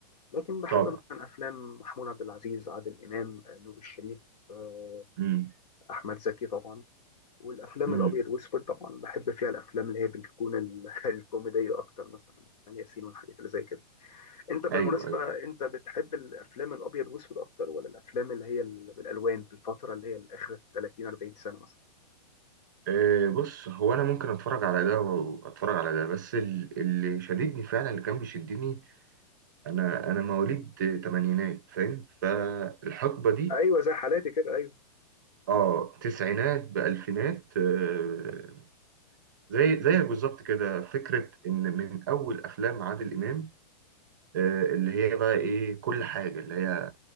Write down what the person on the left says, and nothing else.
لكن بحب
مثلا افلام محمود عبد العزيز عادل امام آه، نور الشريف آه،
احمد زكي طبعا والافلام
الابيض واسود طبعا بحب فيها الافلام اللي هي بتكون ال- <laughs> الكوميديه اكتر مثلا اسماعيل ياسين والحاجات اللي زي كده انت بالمناسبه
انت بتحب الافلام الابيض واسود اكتر ولا الافلام اللي هي ال- بالالوان في الفتره اللي هي اخر 30 40 سنه مثلا
ايوه زي حالاتي كده أيوة.